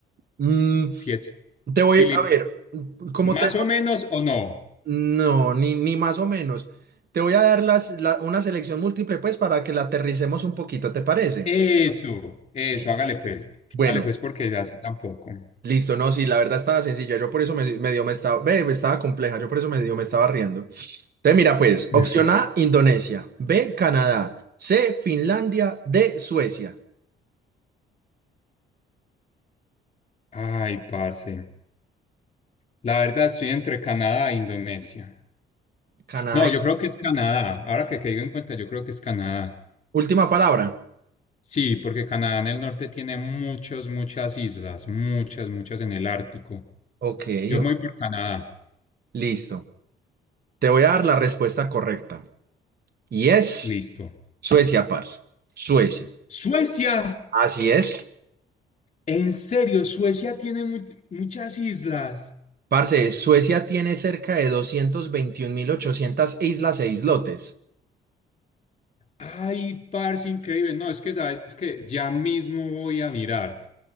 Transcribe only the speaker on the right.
Mm,
te
voy a ver, ¿cómo
te...? lo-
No, ni, ni más o menos. Te voy a dar las, la- una selección múltiple, pues, para que la aterricemos un poquito, ¿te parece?
Listo.
Bueno,
listo, no, sí, la verdad estaba sencilla, yo por eso me, me dio, me estaba, ve, estaba compleja, yo por eso me dio, me estaba riendo. Entonces, mira, pues,
opción A, Indonesia, B, Canadá, C, Finlandia, D, Suecia.
Canadá.
Última palabra.
Ok,
o-
listo. Te voy a dar la respuesta correcta. Y es
Suecia, parce. Suecia.
Así es.
Parce, Suecia tiene cerca de doscientos veintiún mil ochocientas islas e islotes.